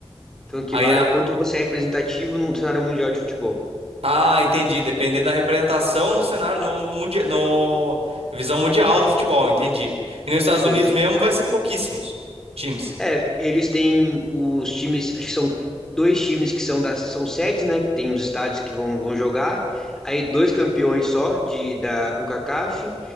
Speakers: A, in the centre; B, on the right.
A: Então, o que
B: Aí
A: vale
B: a...
A: é o quanto você é representativo no cenário mundial de futebol.
B: Ah, entendi. Dependendo da representação no cenário, no, no, mundia- no visão mundial do futebol, entendi. E nos Estados Unidos
A: Perfeito.
B: mesmo vai ser pouquíssimos times.
A: É, eles têm os times, acho que são dois times que são das, são sedes, né? Que tem os estádios que vão, vão jogar. Aí dois campeões só de da CONCACAF